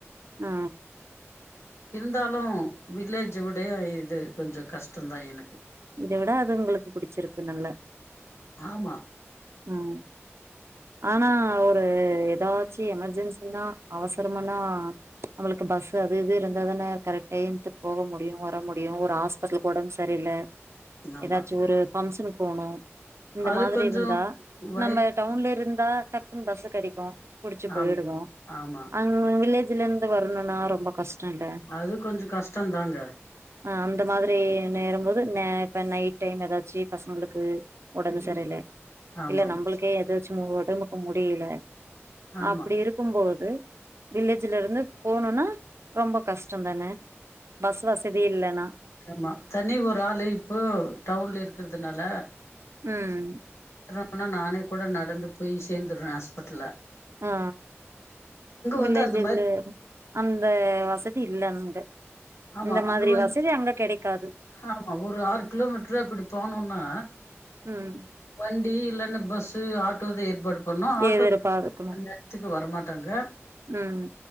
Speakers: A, on the right; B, on the left.
A: ஆ
B: இருந்தாலு வில்லேஜ விடயே இது கொஞ்சோ கஷ்டந்தா எனக்கு இது
A: இத விட அது உங்களுக்கு புடிச்சிருக்கு நல்லா
B: ஆமா
A: ம் ஆனா ஒரு ஏதாச்சு எமர்ஜென்சினா அவசரமனா அவளுக்கு பஸ் அது இது இருந்தா தானே கரெக்ட் டையத்துக்கு போக முடியு வர முடியு ஒரு ஆஸ் பசங்ளுகு ஒடம்பு சரியில
B: ஆமா
A: ஏதாச்சு ஒரு பம்ஷனுகு போகணு இந்த
B: அது
A: மாதிரி
B: கொஞ்சோ
A: இருந்தா
B: வய
A: நம்ப டவுன்ல இருந்தா டக்குன்னு பஸ் கெடைக்கு புடிச்சு போயிடுவோ
B: ஆமா ஆமா
A: அங்க ம் வில்லேஜ்ல இருந்து வரணுனா ரொம்பக் கஷ்டொல்ல
B: அது கொஞ்சோ கஷ்டந் தாங்க
A: ஆ அந்த மாதிரி நேரும் போது இப்ப நைட் டைம் ஏதாச்சு பசங்களுக்கு ஒடம்பு
B: ம்
A: சரியில
B: ஆமாமா
A: இல்ல நம்மளுக்கே எதாச்சு உடம்புக்கு முடியல
B: ஆமா
A: அப்டி இருக்கும் போது வில்லேஜ்ல இருந்து போணுனா ரொம்ப கஷ்டம் தானே பஸ் வசதி இல்லனா
B: ஏமா தனி ஒரு ஆளு இப்போ டவுன்ல இருக்கிறதுனால
A: ம்
B: எதோ ஒன்னுனா நானே கூட நடந்து போய் சேந்துறே ஹாஸ்பட்ல
A: அ ஆ வில்லேஜ்
B: வந்து அந்த
A: இல்ல
B: மாரி
A: அந்த வசதி இல்ல அங்க
B: ஆமா
A: இந்த
B: அங்க
A: மாதிரி
B: வந்
A: வசதி அங்க கெடைக் க்காது
B: ஆமா ஒரு ஆறு கிலோ மீட்டர் அப்டி போனோனா
A: ம்
B: வண்டி இல்லன்னா பஸ்சு ஆட்டோதே ஏற்பாடு பண்ணு ஆட்டோ
A: எதிர்பார்க்கணு
B: <unintelligible> அந் நேரத்துக்கு வரமாட்டாங்க
A: ம்